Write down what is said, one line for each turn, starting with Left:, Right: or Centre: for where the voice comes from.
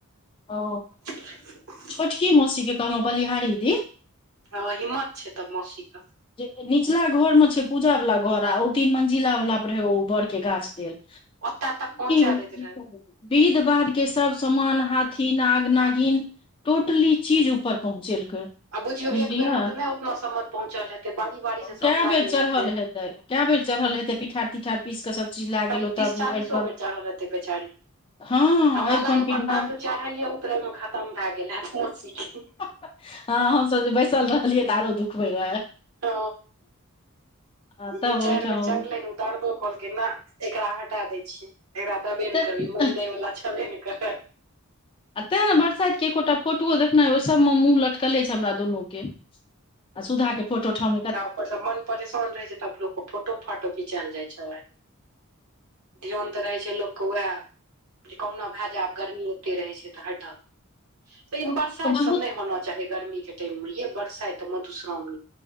Left: ओ।
Right: <unintelligible>
Left: छोटकी मै शिक कहलहु बली हारीदी
Right: हैं हिम्मत छै तऽ मौसीके।
Left: जे निचला घर मे छै पूजा वला घर आ ओ तीन मंजिला वला पर रहै ओ बर के गाछ लेलऽ
Right: ओतऽ तक पहुँचा
Left: <unintelligible>
Right: दैत रहे
Left: विध बाध के सभ समान हाथी नाग नागिन टोटली चीज ऊपर पहुँचेलकै
Right: आ बुझियो
Left: बुझलियै
Right: एक बेर मे तऽ नहि ओतना सामान पहुंचल हेते बारी बारी से
Left: कए
Right: सभ लए
Left: बेर
Right: गेल
Left: चढ़ल
Right: हेते
Left: हेतै कए बेर चढ़ल हेते पिठार तिठार। पीस कऽ सब चीज लए
Right: करीब
Left: गेल ओतऽ
Right: तीस चालीसो
Left: अरिपन
Right: बेर चढ़ल रहतै बेचारी।
Left: हँ
Right: हमरा
Left: अरिपन
Right: लागय हे ओकर
Left: पिठार
Right: दर्द चढ़ाैए उतरै मे खतम भए गेल हैत मौसी के।
Left: ह हमस जे बैसल रहलियै तऽ आरो दुखबे रहे
Right: हा
Left: आ तब
Right: दू चारि
Left: ओहिठाम
Right: बेर चढ़लै ने ओ दर्दो केलके न एकरा हटा दै छियै एकरा देबे
Left: तऽ
Right: ने करबी ई मोइल दै वाला छबे ने करई
Left: आ ते आहे बरसाइत के एकोटा फोटोओ देखने हैवे सभमे मे मुँह लटकले छै हमरा दुनू के आ सुधाक के फोटो ठामे कत
Right: ता मन परेशान रहे छै तब लोक के फोटो फाटो घिंचायएल जाई छै ध्यान तऽ रहै छै लोक के वएह जे कहुना भए जायब गर्मी ओते रहै छै त हटाऊ त बरसाइत
Left: बहुत
Right: सभ नहि होना चाही गर्मी के टाइम मे यै बरसाइत मधुश्रावणी